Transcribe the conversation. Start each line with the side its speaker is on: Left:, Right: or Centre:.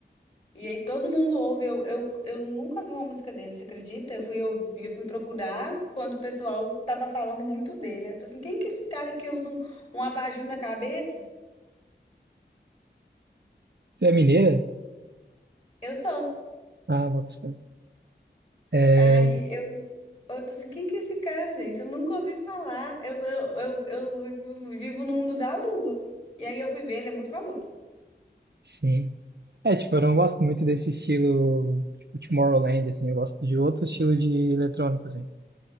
Left: E aí todo mundo ouve. Eu, eu, eu nunca vi uma música dele, você acredita? Eu fui ouvir, eu fui procurar quando o pessoal tava falando muito dele. Eu tô assim, quem que é esse cara que usa um, um abajur na cabeça?
Right: Tu é mineira?
Left: Eu sou.
Right: Ah, bota fé. É,
Left: Aí eu, eu tô assim, quem que é esse cara, gente? Eu nunca ouvi falar. Eu, eu, eu, eu vivo vivo no mundo da lua. E aí eu fui ver, ele é muito famoso.
Right: sim. É, tipo, eu não gosto muito desse estilo, tipo, Tomorrowland, assim, eu gosto de outro estilo de eletrônico, assim.